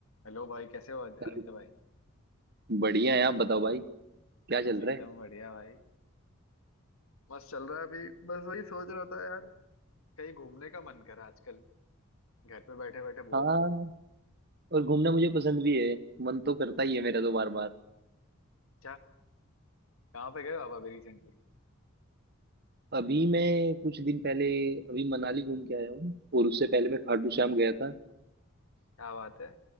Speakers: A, on the left; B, on the right.
A: Hello भाई कैसे हो आदित्य
B: चलो
A: भाई
B: बढ़िया है आप बताओ भाई क्या चल
A: बस एकदम
B: रहा है
A: बढ़िया भाई मस्त चल रहा है अभी बस वही सोच रहा था यार कहीं घूमने का मन करा आजकल घर पे बैठे बैठे
B: हाँ
A: बोर हो रहा हूँ
B: और घूमना मुझे पसंद भी है मन तो करता ही है मेरा तो बार बार
A: अच्छा कहाँ पे गए हो आप अभी रिसेंटली
B: अभी मैं कुछ दिन पहले अभी मनाली घूम के आया हूँ और उससे पहले मैं खाटू श्याम गया था
A: क्या बात है